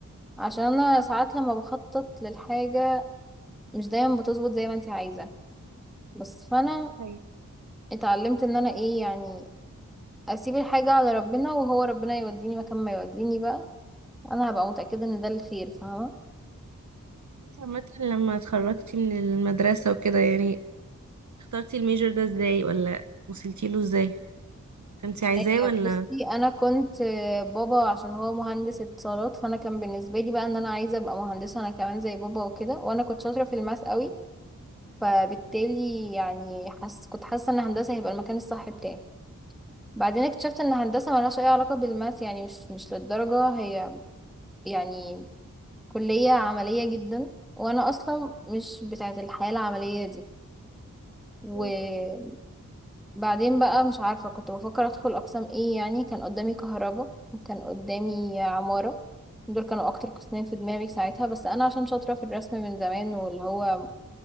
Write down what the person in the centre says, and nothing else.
عشان انا ساعات لما بخطط للحاجة مش دايما بتظبط زي ما انت عايزة بس فانا
اتعلمت ان انا ايه يعني اسيب الحاجة على ربنا وهو ربنا يوديني مكان ما يوديني بقى انا هبقى متأكدة ان ده الخير فاهمة
إيه،
بصي انا كنت آه، بابا عشان هو مهندس اتصالات فانا كان بالنسبه لي بقى ان انا عايزه ابقى مهندسه انا كمان زي بابا وكده وانا كنت شاطره في الماس قوي فبالتالي يعني حس كنت حاسة ان هندسة هيبقى المكان الصح بتاعي بعدين اكتشفت ان هندسة ملهاش اي علاقة بالماس يعني مش مش للدرجة هي يعني كلية عملية جدا وانا اصلا مش بتاعة الحياة العملية دي وبعدين
بقى مش عارفة كنت بفكر ادخل اقسام ايه يعني كان قدامي كهرباء وكان قدامي عمارة دول كانوا اكتر قسمين في دماغي ساعتها بس انا عشان شاطرة في الرسم من زمان واللي هو